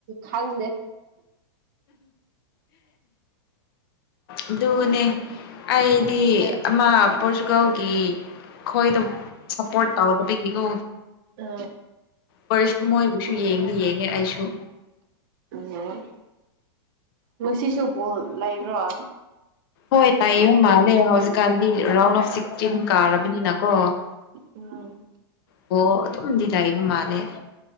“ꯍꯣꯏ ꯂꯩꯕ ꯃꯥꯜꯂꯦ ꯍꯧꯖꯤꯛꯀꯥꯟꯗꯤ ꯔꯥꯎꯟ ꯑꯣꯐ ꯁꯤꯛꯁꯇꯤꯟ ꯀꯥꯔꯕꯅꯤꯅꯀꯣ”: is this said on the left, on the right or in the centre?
Left